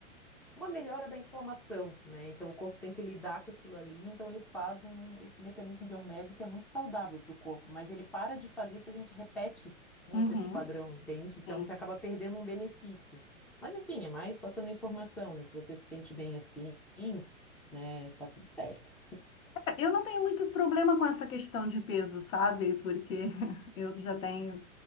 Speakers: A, in the centre; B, on the left (about 75°).
A: uma melhora da inflamação, né? Então o corpo tem que lidar com aquilo ali, então ele faz um, esse mecanismo de hormese que é muito saudável para o corpo, mas ele para de fazer se a gente repete muito
B: uhum,
A: esse padrão, entende? Então
B: sim.
A: você acaba perdendo um benefício. Mas enfim, é mais passando a informação, né? Se você se sente bem assim, né, tá tudo certo.
B: Eu não tenho muito problema com essa questão de peso, sabe? Porque <laughs> eu já tenho,